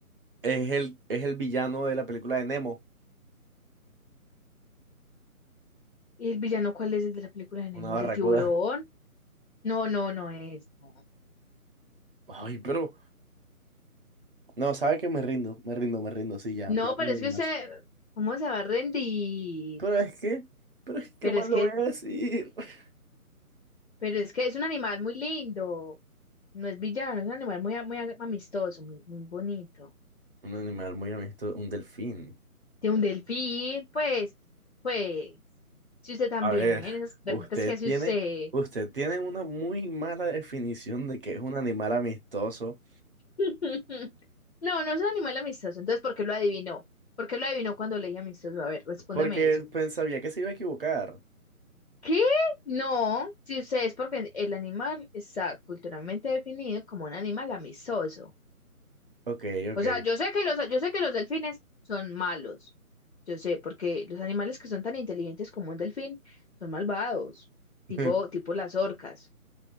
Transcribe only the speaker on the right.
es el, es el villano de la película de Nemo,
una barracuda.
<laughs> Ay, pero... No, sabe que me rindo, me rindo, me rindo, sí, ya,
ya
no hay
más.
Pero es que, pero es que, ¿qué
más
le
voy a decir? <laughs>
Un animal muy amistoso, un delfín.
A ver,
usted
tiene,
usted tiene una muy mala definición de que es un animal amistoso,
porque
pensaría que se iba a equivocar.
Ok, ok.
<laughs>